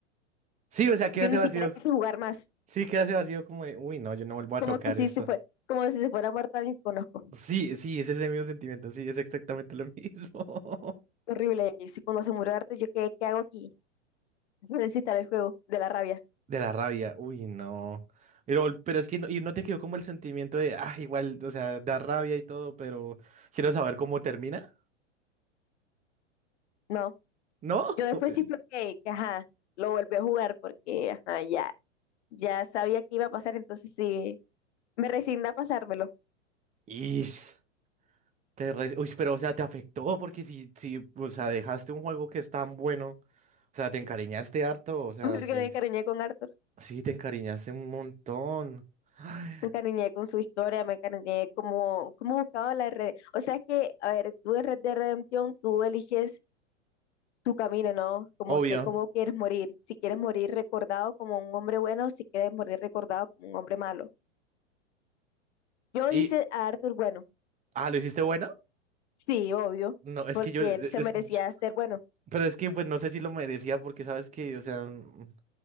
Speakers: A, on the right; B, on the left.
A: Sí, o sea, queda
B: Yo
A: ese
B: ni
A: vacío.
B: siquiera quise jugar más,
A: Sí, queda ese vacío como de, uy, no, yo no vuelvo a
B: como
A: tocar
B: que si
A: esto.
B: se fue, como si se fuera muerta alguien que conozco.
A: Sí, sí, es ese mismo sentimiento, sí, es exactamente lo mismo.
B: Horrible, y si cuando se murió Arthur, yo, ¿qué, qué hago aquí? <laughs> Yo Necesito el juego, de la rabia.
A: <laughs> De la rabia, uy, no. Pero, pero es que no, y no te quedó como el sentimiento de, ah, igual, o sea, da rabia y todo, pero quiero saber cómo termina,
B: No,
A: ¿no?
B: yo después
A: <laughs>
B: sí fue que, que, ajá, lo volví a jugar porque, ajá, ya, ya sabía que iba a pasar, entonces sí, me resigné a pasármelo,
A: Ish, te re- Uy, pero, o sea, te afectó porque si, si, o sea, dejaste un juego que es tan bueno. O sea, te encariñaste harto,
B: <laughs>
A: o sea,
B: porque
A: sí,
B: me encariñé con Arthur.
A: sí, te encariñaste un montón. Ay,
B: Me encariñé con su historia, me encariñé como, como buscaba la red. O sea es que, a ver, tú en Red de Redemption, tú eliges tu camino, ¿no? Como
A: Obvio.
B: que cómo quieres morir, si quieres morir recordado como un hombre bueno o si quieres morir recordado como un hombre malo. Yo
A: Y,
B: hice a Arthur bueno,
A: ah, ¿lo hiciste bueno?
B: sí, obvio,
A: No, es
B: porque
A: que yo, e,
B: él se
A: es-
B: merecía
A: yo-
B: ser bueno,
A: pero es que, pues, no sé si lo merecía porque, ¿sabes que, O sea, mm,